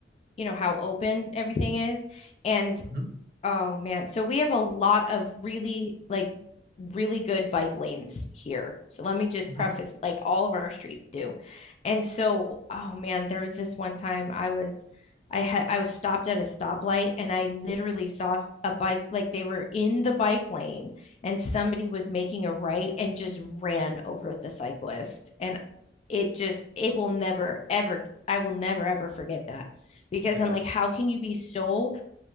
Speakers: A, on the left (about 35°); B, on the right (about 55°).
A: you know, how open everything is. And
B: mhm,
A: Oh man. So we have a lot of really like really good bike lanes here. So let me just
B: mhm.
A: preface like all of our streets do. And so, oh man, there was this one time I was I had I was stopped at a stoplight and I literally saw s- a bike like they were in the bike lane and somebody was making a right and just ran over the cyclist. And it just it will never ever I will never ever forget that because
B: Yeah.
A: I'm like, how can you be so